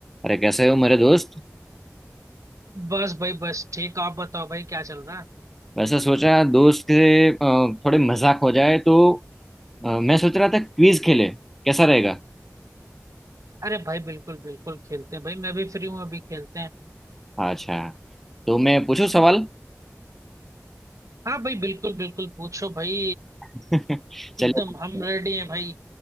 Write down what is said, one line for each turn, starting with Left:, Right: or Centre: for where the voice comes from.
Centre: अरे कैसे हो मेरे दोस्त
Right: बस भाई बस ठीक आप बताओ भाई क्या चल रहा है
Centre: वैसे सोचा दोस्त के अ, थोड़े मजाक हो जाए तो अ, मैं सोच रहा था क्विज खेले कैसा रहेगा
Right: अरे भाई बिल्कुल बिल्कुल खेलते हैं भाई मैं भी फ्री हूँ अभी खेलते हैं
Centre: अच्छा तो मैं पूछूं सवाल
Right: हाँ भाई बिल्कुल बिल्कुल पूछो भाई
Centre: <laughs> चलिए
Right: एकदम
Centre: पूछते
Right: हम रेडी हैं भाई